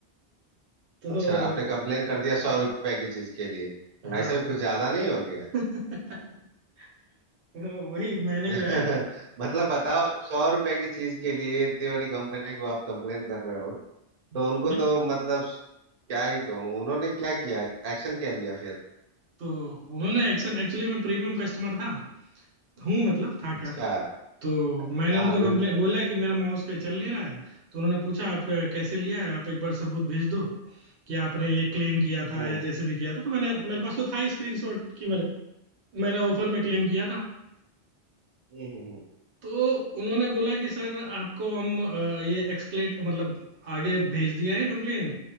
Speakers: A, on the right; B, on the right.
A: तो
B: अच्छा आपने कंप्लेन कर दिया सौ रुपए की चीज के लिए तो
A: हाँ
B: भाई साहब कुछ ज्यादा नहीं हो गया
A: <laughs> तो वही मैंने
B: <laughs>
A: जो है
B: मतलब बताओ आप सौ रुपए की चीज के लिए इतनी बड़ी कंपनी को आप कंप्लेन कर रहे हो
A: मैं-
B: तो उनको तो मतलब क्या ही कहूँ उन्होंने क्या किया एक्शन क्या लिया फिर
A: तो उन्होंने एक्शन एक्चुअली मैं प्रीमियम कस्टमर था हूँ मतलब था
B: अच्छा
A: क्या तो
B: अच्छा
A: मैंने उनको
B: हाँ अभी
A: कंप्लेन
B: भी तो
A: बोला
B: है
A: कि मेरा माउस का चल नहीं रहा है तो उन्होंने पूछा आप कैसे लिया है आप एक बार सबूत भेज दो कि आपने ये क्लेम किया था
B: हम्म
A: या जैसे भी किया था तो मैंने मेरे पास तो था ही स्क्रीनशॉट कि मेरे मैंने ऑफर में क्लेम किया था
B: हम्म हम्म, हम्म।
A: तो उन्होंने बोला कि सर आपको हम अ, ये एक्सक्लेट मतलब आगे भेज दिया है कंप्लेन